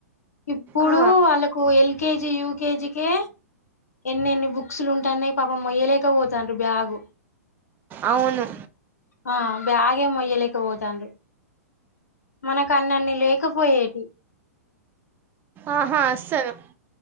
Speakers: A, on the left; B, on the right.
A: ఇప్పుడు
B: ఆ
A: వాళ్ళకు ఎల్ ఎల్ కెజి యూకెజికి ఎన్నెన్ని బుక్స్ లు ఉంటన్నాయి పాపం మొయ్యలేక పోతాన్రు బ్యాగు
B: అవును
A: ఆ బాగే మొయ్యలేక పోతాన్రు మనకన్నన్ని లేకపోయేటి
B: ఆహా అస్సలు